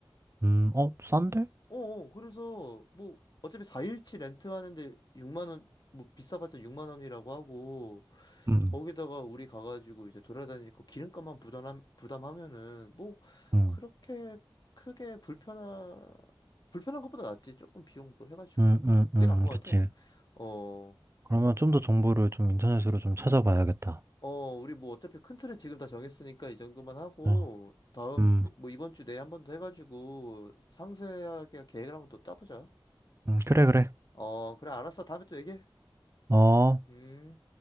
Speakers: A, on the right; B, on the left.
A: 음, 어, 싼데?
B: 어, 어, 그래서 뭐 어차피 4일치 렌트하는데 6만 원, 뭐 비싸봤자 6만 원이라고 하고
A: 음,
B: 거기다가 우리 가가지고 이제 돌아다니고 기름값만 부담 부담하면은 뭐
A: 음,
B: 그렇게 크게 불편한 불편한 것보다 낫지 조금 비용도 해가지고
A: 음, 음,
B: 그게
A: 음,
B: 나은 것
A: 그치.
B: 같아. 어,
A: 그러면 좀 더 정보를 좀 인터넷으로 좀 찾아봐야겠다.
B: 어, 우리 뭐 어차피 큰 틀은 지금 다 정했으니까 이 정도만 하고
A: 어,
B: 다음
A: 음,
B: 네, 뭐 이번 주 내에 한 번 더 해가지고 상세하게 계획을 한번 또 짜보자.
A: 음, 그래, 그래.
B: 어, 그래 알았어 다음에 또 얘기해.
A: 어.
B: 음.